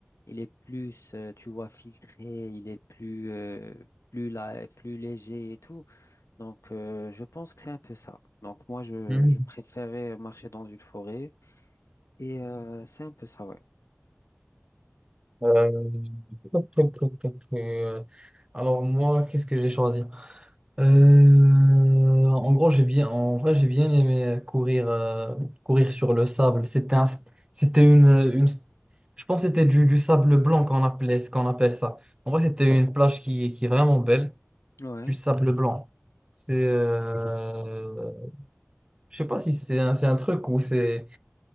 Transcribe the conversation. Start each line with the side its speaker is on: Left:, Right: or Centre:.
Left: il est plus, euh, tu vois, filtré, il est plus, euh, plus, la- plus léger et tout. Donc, euh, je pense que c'est un peu ça. Donc, moi, je,
Right: Mhm.
Left: je préférais marcher dans une forêt. Et euh, c'est un peu ça, ouais.
Right: Euh, toc, toc, toc, toc, toc. euh, Alors moi, qu'est-ce que j'ai choisi? Euh, en gros, j'ai bien, en vrai, j'ai bien aimé courir, euh, courir sur le sable. C'était un- c'était une, une, je pense que c'était du, du sable blanc qu'on appelait, ce qu'on appelle ça. En vrai, c'était une plage qui, qui est vraiment belle.
Left: Ouais.
Right: du sable blanc. C'est, euh, je sais pas si c'est un, c'est un truc ou c'est,